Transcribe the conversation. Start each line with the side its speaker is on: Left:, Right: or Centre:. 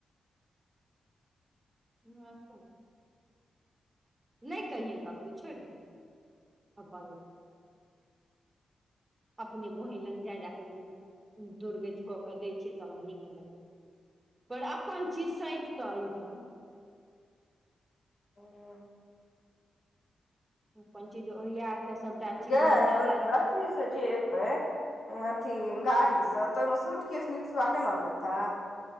Right: ह अत नहि कहियन ककरो छौड़ दियौ अपन
Left: <unintelligible> <unintelligible>
Right: अपने बहिन लग जाय जाकऽ दोर्गत कऽ के दै छियै तहन नीक लगे पर अपन चीज सैत क अइह
Left: ह <unintelligible>
Right: अपन चीज ओरिया कऽ सभटा
Left: गै
Right: चीज मे ताला
Left: अथी से जे एतै अथी गाड़ी स तऽ ओहिमे सूट केश निसुआ केना लेताय